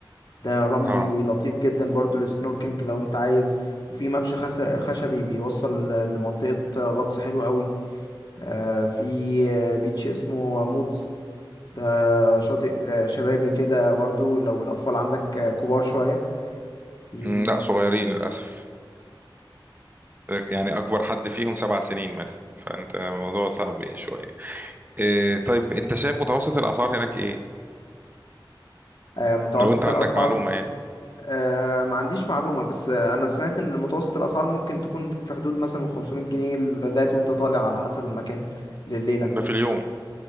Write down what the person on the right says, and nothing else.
اه
مم، لا صغيرين للاسف يعني اكبر حد فيهم سبع سنين مثلا فانت الموضوع صعب ايه شويه إيه طيب انت شايف متوسط الاسعار هناك ايه
لو انت عندك
معلومه يعني
ده في اليوم